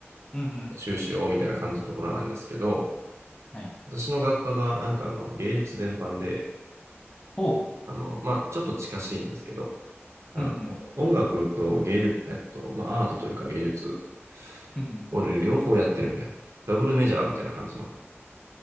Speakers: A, on the left; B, on the right.
A: うんうん。
B: 修士をみたいな感じのところなんですけど、
A: はい。
B: 私の学科がなんかあの、芸術全般で、
A: おう。
B: あの、まあちょっと近しいんですけど、あの、
A: うんうん。
B: 音楽と芸術、えっと、まあアートというか芸術
A: うんうん。
B: 俺両方やってるみたいな。ダブルメジャーみたいな感じの。